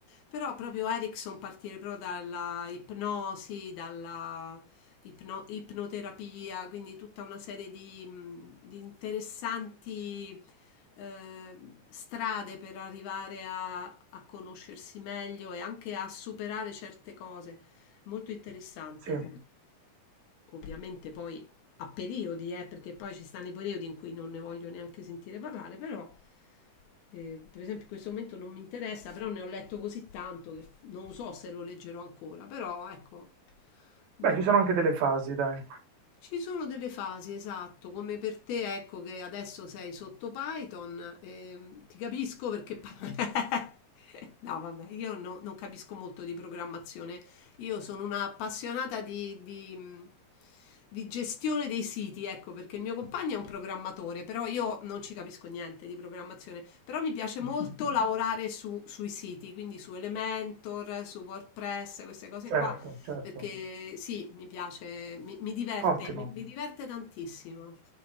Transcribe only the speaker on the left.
però proprio Erickson partire proprio dalla ipnosi, dalla ipno- ipnoterapia, quindi tutta una serie di, mh, di interessanti eh, strade per arrivare a, a conoscersi meglio e anche a superare certe cose. Molto interessante.
Ovviamente poi a periodi, eh, perché poi ci stanno i periodi in cui non ne voglio neanche sentire parlare, però eh, per esempio in questo momento non mi interessa, però ne ho letto così tanto che non so se lo leggerò ancora, però ecco, ne-
ci sono delle fasi, esatto, come per te, ecco che adesso sei sotto Python, ehm, ti capisco perché... <laughs> pa- No, vabbè, io no- non capisco molto di programmazione, io sono una appassionata di, di- di gestione dei siti, ecco, perché il mio compagno è un programmatore, però io non ci capisco niente di programmazione, però mi piace molto lavorare su- sui siti, quindi su Elementor, su WordPress, queste cose
qua
perché sì, mi piace, mi, mi diverte,
mi, mi diverte tantissimo.